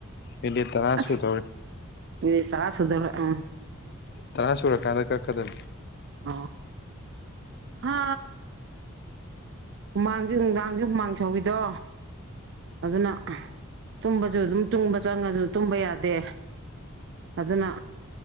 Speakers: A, on the left (about 50°); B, on the right (about 55°).
A: ꯃꯤꯅꯤꯠ ꯇꯔꯥ
B: ꯑꯁ
A: ꯁꯨꯗꯧꯔꯦ
B: ꯃꯤꯅꯤꯠ ꯇꯔꯥ ꯁꯨꯗꯣꯔꯦ ꯑꯥ
A: ꯇꯔꯥ ꯁꯨꯔꯀꯥꯟꯗ ꯀꯛꯀꯗꯕꯅꯤ
B: ꯑꯣ ꯍꯥ ꯍꯨꯃꯥꯡꯁꯦ ꯅꯨꯡꯗꯥꯡꯁꯦ ꯍꯨꯃꯥꯡ ꯁꯧꯋꯤꯗꯣ ꯑꯗꯨꯅ ꯇꯨꯝꯕꯁꯨ ꯑꯗꯨꯝ ꯇꯨꯝꯕ ꯆꯪꯉꯁꯨ ꯇꯨꯝꯕ ꯌꯥꯗꯦ ꯑꯗꯨꯅ